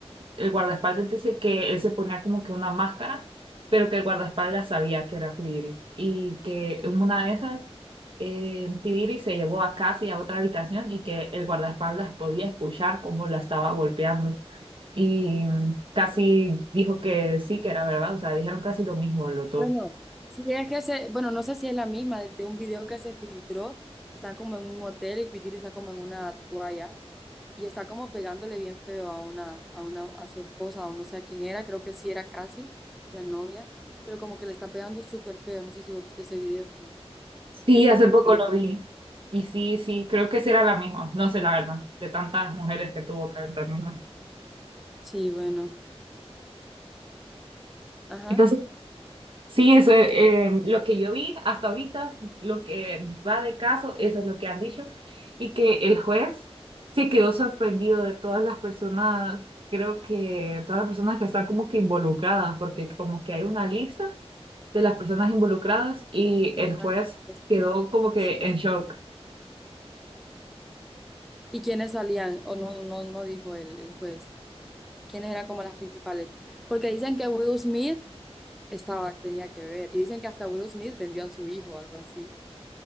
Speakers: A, on the right (about 55°); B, in the centre.
A: el guardaespaldas dice que él se ponía como que una máscara, pero que el guardaespaldas sabía que era Pidiri y que en una de esas eh, Pidiri se llevó a Cassie a otra habitación y que el guardaespaldas podía escuchar cómo la estaba golpeando. Y mm, casi dijo que sí, que era verdad, o sea, dijeron casi lo mismo los dos.
B: Bueno, sí, es que se, bueno, no sé si es la misma de, de un video que se filtró, están como en un hotel y Pitiri está como en una toalla. y está como pegándole bien feo a una, a una, a su esposa, o no sé a quién era, creo que sí era casi la novia, pero como que le está pegando súper feo, no sé si vos viste ese video también,
A: Sí,
B: que se
A: hace
B: filtró.
A: poco lo vi. Y sí, sí, creo que sí era la misma. No sé la verdad, de tantas mujeres que tuvo que terminar.
B: Sí, bueno, ajá.
A: Entonces, sí, eso es eh, lo que yo vi hasta ahorita, lo que va de caso, eso es lo que han dicho. Y que el juez se quedó sorprendido de todas las personas, creo que todas las personas que están como que involucradas, porque como que hay una lista de las personas involucradas y el juez
B: Imagínate
A: quedó como
B: vos.
A: que en shock.
B: ¿Y quiénes salían? O no, no, no dijo el, el juez. ¿Quiénes eran como las principales? Porque dicen que Will Smith estaba, tenía que ver, y dicen que hasta Will Smith vendió a su hijo o algo así.